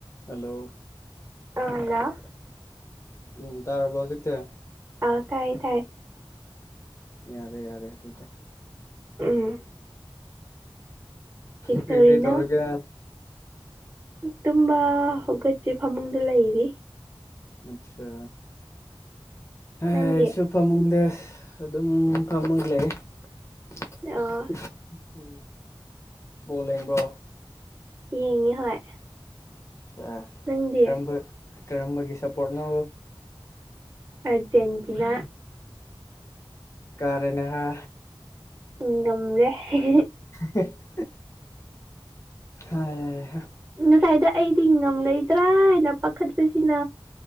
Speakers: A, on the left (about 30°); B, on the right (about 25°).
A: ꯍꯥꯜꯂꫭ
B: ꯑꯥꯜꯂꫭ
A: ꯎꯝ ꯇꯥꯔꯕꫭ ꯍꯧꯖꯤꯛꯇꯤ
B: ꯑꯥ ꯇꯥꯏꯌꯦ ꯇꯥꯏꯌꯦ
A: ꯌꯥꯔꯦ ꯌꯥꯔꯦ ꯑꯗꯨꯗꯤ
B: ꯎꯝ ꯀꯩꯗꯧꯔꯤꯅꯣ
A: ꯀꯔꯤ ꯀꯔꯤ ꯇꯧꯔꯤꯒꯦ
B: ꯇꯨꯝꯕ ꯍꯧꯒꯠꯇꯔꯤ ꯐꯃꯨꯡꯗ ꯂꯩꯔꯤ
A: ꯑꯆꯥ ꯍꯩ
B: ꯅꯪꯗꯤ
A: ꯁꯨꯞ ꯐꯃꯨꯡꯗ ꯑꯗꯨꯝ ꯐꯥꯝꯃꯒꯥ ꯂꯩꯌꯦ <unintelligible>
B: ꯑꯣ
A: ꯕꯣꯜ ꯌꯦꯡꯕ꯭ꯔꯣ
B: ꯌꯦꯡꯉꯦ ꯍꯣꯏ
A: <unintelligible>
B: ꯅꯪꯗꯤ
A: ꯀꯔꯝꯕ ꯀꯔꯝꯕꯒꯤ ꯁꯞꯄꯣꯔꯠ ꯅꯣ꯫
B: ꯑꯥꯔꯖꯦꯟꯇꯤꯅꯥ
A: ꯀꯥ ꯔꯦꯅꯦ ꯍꯥ
B: ꯎꯝ ꯉꯝꯔꯦ ꯍꯦ ꯍꯦ
A: ꯍꯦ ꯍꯦ ꯍꯩꯍꯥ
B: ꯉꯁꯥꯏꯗꫭ ꯑꯩꯗꯤ ꯉꯝꯂꯣꯏꯗ꯭ꯔꯥ ꯍꯥꯏꯅ ꯄꯥꯈꯠꯄꯁꯤꯅ